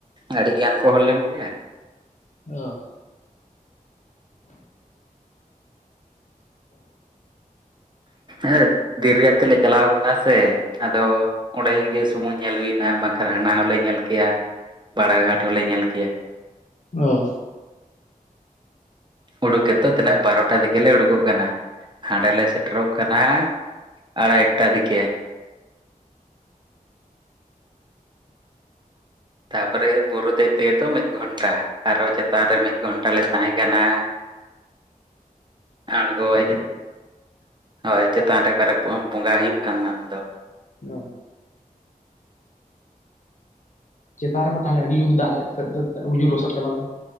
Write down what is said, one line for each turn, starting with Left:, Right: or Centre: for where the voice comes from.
Right: ᱟᱹᱰᱤ ᱜᱟᱱ ᱠᱚ ᱦᱚᱲ ᱞᱮᱱ ᱜᱮᱭᱟ
Left: ᱚᱷ
Right: ᱦᱮᱸ ᱫᱮᱨᱤᱭᱟ ᱛᱮᱞᱮ ᱪᱟᱞᱟᱣ ᱠᱟᱱᱟ ᱥᱮ ᱟᱫᱚ ᱚᱸᱰᱮᱜ ᱜᱮ ᱥᱩᱢᱩᱝ ᱧᱮᱞ ᱦᱩᱭᱱᱟ ᱵᱟᱠᱷᱟᱱ ᱦᱟᱱᱟ ᱦᱚᱞᱮ ᱧᱮᱞ ᱠᱮᱭᱟ ᱵᱟᱲᱟᱜᱷᱟᱴ ᱦᱚᱞᱮ ᱧᱮᱞ ᱠᱮᱭᱟ
Left: ᱚ
Right: ᱩᱰᱩᱠ ᱜᱮᱛᱚ ᱛᱤᱱᱟᱹᱜ ᱵᱟᱨᱚᱴᱟ ᱫᱤᱠᱮ ᱞᱮ ᱩᱰᱩᱠᱚᱜ ᱠᱟᱱᱟ ᱦᱟᱸᱰᱮ ᱞᱮ ᱥᱮᱴᱮᱨᱚᱜ ᱠᱟᱱᱟ ᱟᱲᱟᱭᱴᱟ ᱫᱤᱠᱮ ᱛᱟᱯᱚᱨᱮ ᱵᱩᱨᱩ ᱫᱮᱡ ᱛᱮᱜᱮ ᱛᱚ ᱢᱤᱫ ᱜᱷᱚᱱᱴᱟ ᱟᱨᱦᱚ ᱪᱮᱛᱟᱱ ᱨᱮ ᱢᱤᱫ ᱜᱷᱚᱱᱴᱟ ᱞᱮ ᱛᱟᱦᱮᱸ ᱠᱟ ᱱᱟ
Left: ᱦᱮ <inaudible>
Right: ᱟᱬᱜᱚ ᱦᱮᱡᱮᱱ ᱦᱳᱭ ᱪᱮᱛᱟᱱ ᱨᱮ ᱚᱠᱟᱨᱮ ᱵᱚᱸᱜᱟ ᱦᱩᱭᱩᱜ ᱠᱟᱱᱟᱱ ᱫᱚ
Left: ᱚᱷ ᱪᱮᱛᱟᱱ ᱨᱮᱢᱟ ᱛᱟᱦᱚᱞᱮ ᱟᱹᱰᱤ ᱩᱡᱳᱨ ᱫᱟᱜ ᱞᱮ ᱟᱹᱰᱤ ᱡᱳᱨ ᱞᱚᱥᱚᱫ ᱪᱟᱵᱟ ᱞᱮᱱᱟ